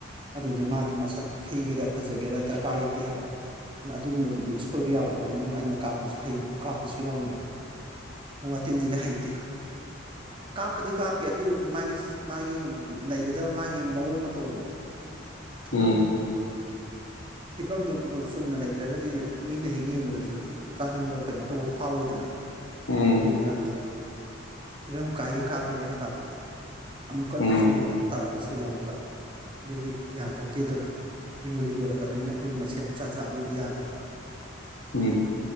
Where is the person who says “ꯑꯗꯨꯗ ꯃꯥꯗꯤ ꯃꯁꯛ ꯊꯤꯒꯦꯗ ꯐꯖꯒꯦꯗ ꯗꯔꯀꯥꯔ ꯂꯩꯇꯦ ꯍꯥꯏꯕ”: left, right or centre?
Right